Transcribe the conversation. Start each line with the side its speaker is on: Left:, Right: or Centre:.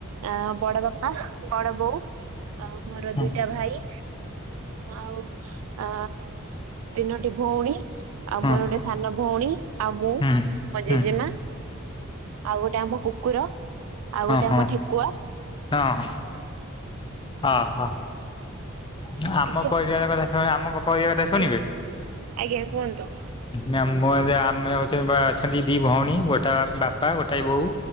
Right: ଆ ବଡବାପା, ବଡବୋଉ, ମୋର
Left: ହୁଁ
Right: ଦୁଇଟା
Left: ହୁଁ
Right: ଭାଇ ଆଉ ଆ ତିନୋଟି ଭଉଣୀ ଆଉ
Left: ହୁଁ।
Right: ମୋର
Left: ହୁଁ
Right: ଗୋଟେ ସାନ ଭଉଣୀ, ଆଉ ମୁଁ,
Left: ହଁ ହଁ
Right: ମୋ
Left: ହଁ
Right: ଜେଜେମା ଆଉ ଗୋଟେ ଆମ କୁକୁର, ଆଉ ଗୋଟେ
Left: ହଁ ହଁ।
Right: ଆମ ଠେକୁଆ।
Left: ହଁ, ହୋ, ହୋ। ନା
Right: ଏତିକି
Left: ଆମ
Right: ଆଉ
Left: କ-କଇବା କଥା ସେମାନେ ଆମ କ-କହିବା କଥା ଶୁଣିବେ?
Right: ଆଜ୍ଞା ଆଜ୍ଞା କୁହନ୍ତୁ।
Left: ନା ମୋର ଆମେ ଅଛେ ବା ଅଛନ୍ତି ଦି ଭଉଣୀ ଗୋଟା ବାପା ଗୋଟାଏ ବୋଉ।